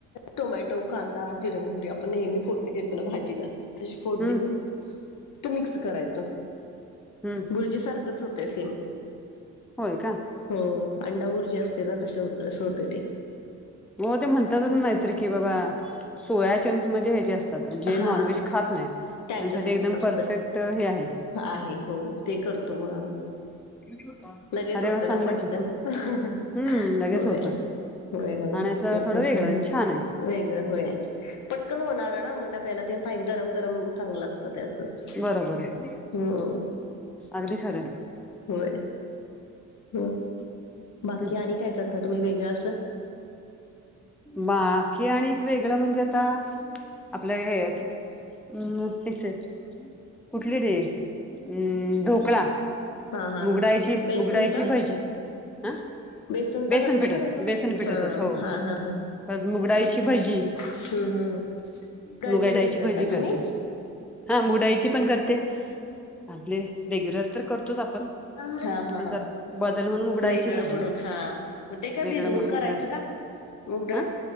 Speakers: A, on the left; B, in the centre.
A: टोमॅटो कांदा जिरे मोहरी आपण नेहमी फोडणी देतो ना भाजीला तशी फोडणी
B: हम्म
A: देऊन ते मिक्स करायचं.
B: हम्म
A: भुर्जी सारखंच होतंय सेम.
B: होय का
A: हो अंडा ऊर्जा असते ना तशे होते तस होते ते.
B: हो ते म्हणतातच नाहीतर की बाबा सोया चंक्स मध्ये हे जास्त जे
A: हा.
B: नॉन व्हेज खात नाही
A: त्यांच्यासाठीच
B: त्यांसाठी एकदम
A: असतं
B: परफेक्ट हे आहे.
A: आहे हो ते करतो मग आम्ही.
B: <unintelligible>
A: लगेच होतो
B: वा चांगलं
A: ना पटकन
B: की
A: <unintelligible> होय.
B: हम्म लगेच होतं
A: होय होय
B: आणि असं
A: ते
B: थोडं
A: पण
B: वेगळं
A: छान.
B: आणि आहे
A: होय ग होय पटकन होणारा ना मग डब्याला त्या पाहिजे गरम गरम चांगलं लागत ते अस हो.
B: बरोबर आहे अगदी खरं ये.
A: होय. हम्म बाकी
B: हं.
A: आणि काय करता तुम्ही वेगळं अस.
B: बाकी आणिक वेगळं म्हणजे आता आपलं हे हमं हेच कुठली रे हं ढोकळा
A: हा हा
B: मुगडाळीची
A: हा बेसनचा
B: मुगडाळीची भजी हा
A: बेसनचा
B: बेसन
A: करता
B: पीठत
A: का ढोकळा
B: बेसन पीठतस
A: हा
B: हो
A: हा हा हा
B: परत मुगडाळीची भजी
A: हम्म हम्म हम्म डाळीची
B: मुगाच्याडाळीची
A: भाजी
B: भजी
A: करताय तुम्ही
B: करते. हा मुगडाळीची पण करते आपले रेग्युलर तर करतोच आपण
A: हा हा
B: पण
A: हा
B: जरा बदल म्हणून उघडायची
A: वेगळं
B: भजी
A: म्हणून हा मग ते काय
B: वेगळं
A: भिजवून
B: म्हणून
A: करायचं
B: उघडायची
A: का? मुगडाळ
B: हा